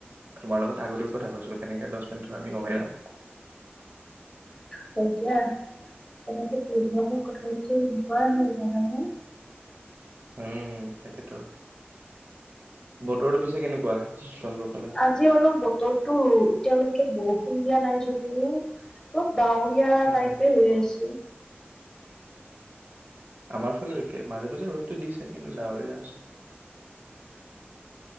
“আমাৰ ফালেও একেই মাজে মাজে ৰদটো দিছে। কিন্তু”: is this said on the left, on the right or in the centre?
Right